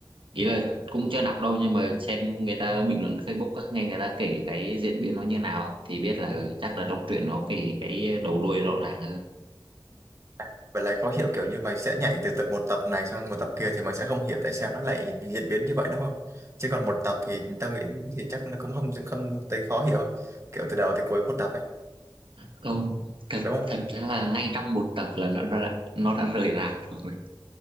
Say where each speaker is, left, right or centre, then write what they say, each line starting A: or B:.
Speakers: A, on the right (about 75°); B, on the right (about 35°).
A: ý là cũng chưa đọc đâu nhưng mà xem người ta bình luận Facebook á, nghe người ta kể cái diễn biến nó như nào á, thì biết là ừ, chắc là trong truyện nó kể cái đầu đuôi rõ ràng hơn
B: à, vậy lại khó hiểu kiểu như mày sẽ nhảy từ tập một tập này sang một tập kia thì mày sẽ không hiểu tại sao nó lại diễn biến như vậy đúng không chứ còn một tập thì tao nghĩ thì chắc nó cũng không không tới khó hiểu kiểu từ đầu tới cuối một tập ấy
A: không thật
B: đúng không
A: thật ra là ngay trong một tập là nó đã nó đã rời rạc rồi